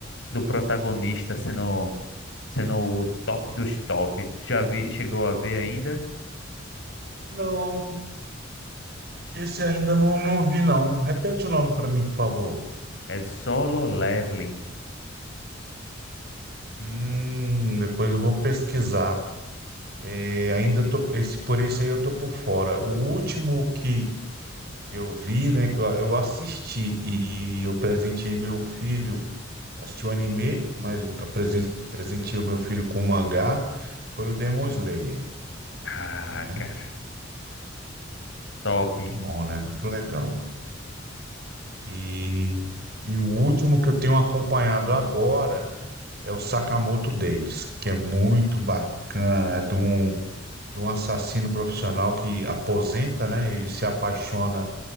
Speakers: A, on the left (about 65°); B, on the right (about 55°).
A: do protagonista sendo, sendo o top dos top. Tu Já vi, chegou a ver ainda?
B: Não, esse ainda não, não vi, não. Repete o nome para mim, por favor.
A: É Solo Leveling.
B: Hum, depois eu vou pesquisar. É, ainda tô, esse, por esse aí eu tô por fora. O último que eu vi, né, que eu, eu assisti e eu presenteei meu filho Assisti o anime, mas apresen- presenteei o meu filho com o mangá, foi o Demon Slayer,
A: Ah,
B: né?
A: cara, top.
B: Muito bom, né? Muito legal. E, e o último que eu tenho acompanhado agora é o Sakamoto Days, que é muito bacana, é de um, de um assassino profissional que aposenta, né? Ele se apaixona